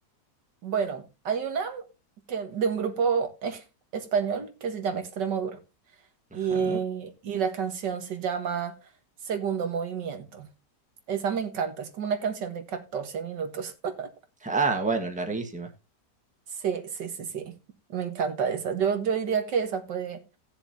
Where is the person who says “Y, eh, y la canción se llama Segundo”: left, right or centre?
Right